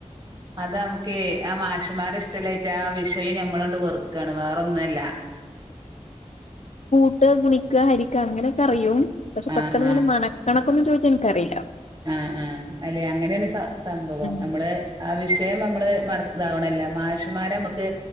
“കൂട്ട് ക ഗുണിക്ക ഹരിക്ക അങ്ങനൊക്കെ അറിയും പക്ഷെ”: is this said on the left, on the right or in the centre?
Left